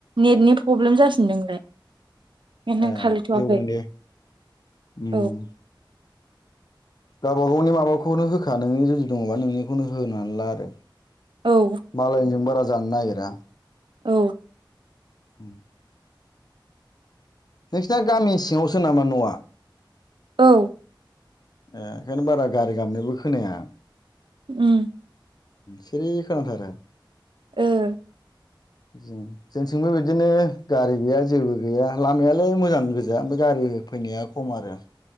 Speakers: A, on the right; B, on the left.
A: नेटनि प्रब्लेम जासिनदों ओमफ्राय। बेनो
B: ए
A: खालिथ'वाखै
B: गेवगोन दे उम
A: औ <inaudible>
B: गावबा गावनि माबाखौनो होखा नोंनि जुदि दङ'बा नोंनिखौनो होनानै ला आरो।
A: औ
B: मालायनिजों बारा जानो नागिरा।
A: औ
B: <inaudible> नोंसिना गामि सिङावसो नामा न'आ?
A: औ
B: ओ ओंखायनो बारा गारि गाबनायबो खोनाया।
A: ओम
B: सिरि खोनाथारो।
A: ओं
B: जों जोंथिंबो बिदिनो गारि गैया जेबो गैया लामायालाय मोजां गोजा ओमफाय गारि फैनाया खम आरो।